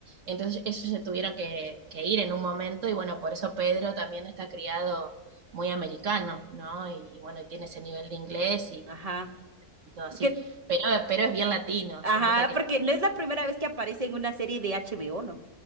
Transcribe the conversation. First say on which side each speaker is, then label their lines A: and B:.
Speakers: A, on the right; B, on the right.
A: Entonces ellos se tuvieron que, que ir en un momento y bueno, por eso Pedro también está criado muy americano, ¿no? Y, bueno, y bueno, tiene ese nivel de inglés y,
B: Ajá.
A: y- y todo así,
B: Porque,
A: pero, pero es bien latino,
B: ajá,
A: se nota que
B: porque
A: es latino.
B: no es la primera vez que aparece en una serie de HBO, ¿no?